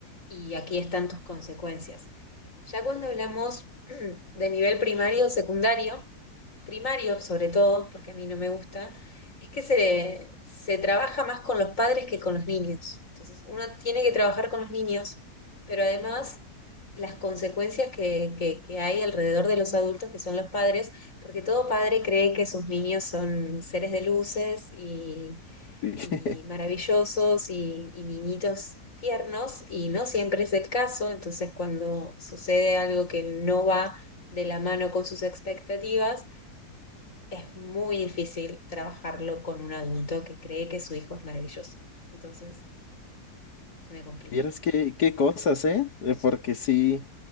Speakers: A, on the left (about 50°); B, on the left (about 75°).
A: y aquí están tus consecuencias. Ya cuando hablamos <clears throat> de nivel primario o secundario, primario, sobre todo, porque a mí no me gusta, es que se, se trabaja más con los padres que con los niños. Entonces, uno tiene que trabajar con los niños, pero además las consecuencias que, que, que hay alrededor de los adultos, que son los padres, porque todo padre cree que sus niños son seres de luces y,
B: <laughs>
A: y maravillosos y, y niñitos tiernos, y no siempre es el caso. Entonces, cuando sucede algo que no va de la mano con sus expectativas, es muy difícil trabajarlo con un adulto que cree que su hijo es maravilloso. Entonces, se me complica.
B: Vieras qué, qué cosas, ¿eh? Eh, Porque sí,